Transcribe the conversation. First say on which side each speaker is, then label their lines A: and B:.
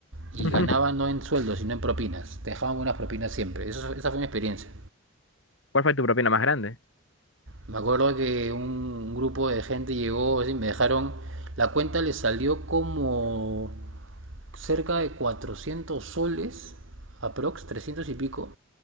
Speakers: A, on the right (about 65°); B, on the left (about 60°).
A: Y
B: <laughs>
A: ganaba no en sueldo, sino en propinas. Te dejaban buenas propinas siempre. Eso, esa fue mi experiencia.
B: ¿Cuál fue tu propina más grande?
A: Me acuerdo que un grupo de gente llegó, así, me dejaron, la cuenta les salió como cerca de 400 soles, aprox, 300 y pico,